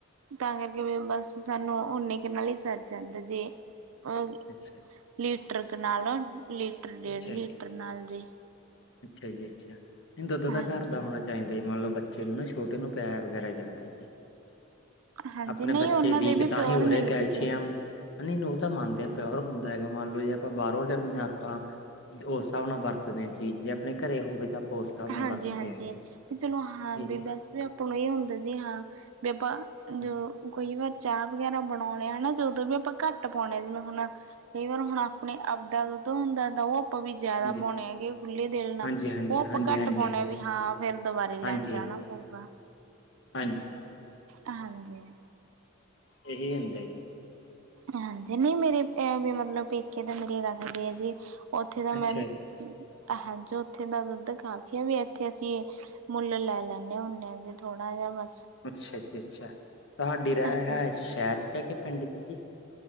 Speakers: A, on the right; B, on the left.
A: ਤਾਂ ਕਰਕੇ ਵੀ ਬਸ ਸਾਨੂੰ ਓਨੇ ਕਿ ਨਾਲ ਹੀ ਸਰ ਜਾਂਦਾ ਜੀ। ਉਹ
B: ਅੱਛਾ ਜੀ
A: ਲੀਟਰ ਕ ਨਾਲੋਂ, ਲੀਟਰ ਡੇਢ
B: ਅੱਛਾ
A: ਲੀਟਰ
B: ਜੀ
A: ਨਾਲ ਜੀ।
B: ਅੱਛਾ ਜੀ ਅੱਛਾ, ਨਹੀਂ ਦੁੱਧ
A: ਹਾਂਜੀ,
B: ਤਾਂ ਘਰ ਦਾ ਹੋਣਾ ਚਾਹੀਦਾ ਜੀ। ਮੰਨ ਲਓ ਬੱਚ ਚੇ ਨੂੰ ਛੋਟੇ ਨੂੰ ਪੀਆਆ ਵਗੈਰਾ ਜਾਂਦਾ ਜੀ।
A: ਹਾਂਜੀ
B: ਆਪਣੇ
A: ਨਹੀਂ
B: ਬੱਚੇ
A: ਉਹਨਾਂ
B: ਵੀਕ
A: ਦੇ ਵੀ
B: ਤਾਂ
A: ਪਿਓਰ
B: ਹੀ ਹੋ ਰਹੇ
A: ਮਿਲਦੇ
B: ਕੈਲਸ਼ੀਅਮ,
A: ਜੇ।
B: ਨਹੀਂ ਉਹ ਤਾਂ ਮੰਨਦੇ ਆ ਪਯੋ ਹੁੰਦਾ ਹੈਗਾ ।ਮੰਨ ਲਓ ਜੇ ਆਪਾਂ ਬਾਹਰੋਂ ਲਿਆਉਣੇ ਆ ਆਪਾਂ, ਉਸ ਹਿਸਾਬ ਨਾਲ ਵਰਤਦੇ ਹਾਂ ਚੀਜ਼। ਜੇ ਆਪਣੇ ਘਰੇ ਹੋਵੇ ਤਾਂ ਆਪਾਂ ਉਸ ਹਿਸਾਬ ਨਾਲ
A: ਹਾਂਜੀ-ਹਾਂਜੀ,
B: ਵਰਤਦੇ ਹੈਗੇ
A: ਵੀ ਚਲੋ ਹਾਂ
B: ਠੀਕ
A: ਵੀ ਬਸ ਵੀ ਆਪਾਂ ਨੂੰ ਇਹ ਹੁੰਦਾ ਜੀ ਹਾਂ ਵੀ ਆਪਾਂ
B: ਹੈ
A: ਜੌ ਕਈਂ ਵਾਰ ਚਾਹ ਵਗੈਰਾ ਬਣਾਉਣੇ ਆ ਹੈਨਾ ਜਦੋਂ ਵੀ, ਆਪਾਂ ਘੱਟ ਪਾਉਣੇ ਆਂ, ਜਿਵੇਂ ਹੁਣ ਕਈ ਵਾਰ ਹੁਣ ਆਪਣੇ ਅੱਪ ਦਾ ਦੁੱਧ ਹੁੰਦਾ, ਉਹ ਆਪਾਂ ਵੀ ਜ਼ਿਆਦਾ
B: ਹਾਂਜੀ
A: ਪਾਉਂਦੇ ਹੈਗੇ, ਖੁੱਲੇ ਦਿਲ ਨਾਲ।
B: ਹਾਂਜੀ ਹਾਂਜੀ
A: ਉਹ ਆਪਾਂ
B: ਹਾਂਜੀ
A: ਘੱਟ
B: ਹਾਂਜੀ ਹਾਂਜੀ
A: ਪਾਉਣੇ ਆ, ਵੀ ਹਾਂ ਫੇਰ ਦੁਬਾਰੇ
B: ਹਾਂਜੀ
A: ਲੈਣ ਜਾਣਾ ਪਊਗਾ।
B: ਹਾਂਜੀ
A: ਹਾਂਜੀ
B: ਇਹੀ ਹੂੰਦਾ ਜੀ।
A: ਹਾਂਜੀ, ਨਹੀਂ ਮੇਰੇ ਵੀ ਮਤਲਬ ਪੇਕੇ ਤਾਂ ਮੇਰੇ ਰੱਖਦੇ ਆ ਜੀ। ਉੱਥੇ ਦਾ
B: ਅੱਛਾ
A: ਮੈਂਨ
B: ਜੀ
A: ਹਾਂ ਜੋ ਉੱਥੇ ਦਾ ਦੁੱਧ ਕਾਫੀ ਆ, ਵੀ ਇੱਥੇ ਅਸੀਂ ਮੁੱਲ ਲੈ ਲੈਂਦੇ ਹੁੰਦੇ ਹਾਂ, ਜੇ ਥੋੜਾ ਜਿਹਾ ਵਰ
B: ਅੱਛਾ ਜੀ ਅੱਛਾ, ਤੁਹਾਡੀ ਰਹਾਏਸ਼
A: ਹਾਂਜੀ
B: ਸ਼ਹਿਰ ਚ ਹੈ ਕਿ ਪਿੰਡ ਚ ਜੀ?